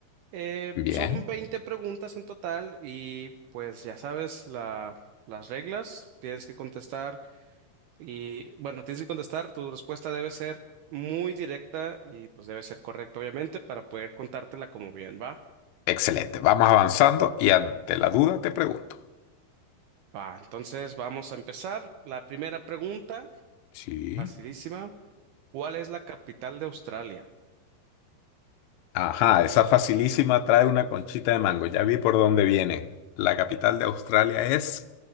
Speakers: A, on the right; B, on the left.
A: Eh,
B: bien,
A: son 20 preguntas en total y pues ya sabes la- las reglas. Tienes que contestar y bueno, tienes que contestar. Tu respuesta debe ser muy directa y pues debe ser correcta obviamente para poder contártela como bien, ¿va?
B: Excelente. Vamos avanzando y ante la duda te pregunto.
A: Va, entonces vamos a empezar. La primera pregunta,
B: sí.
A: facilísima. ¿Cuál es la capital de Australia?
B: Ajá, esa facilísima trae una conchita de mango. Ya vi por dónde vienen. La capital de Australia es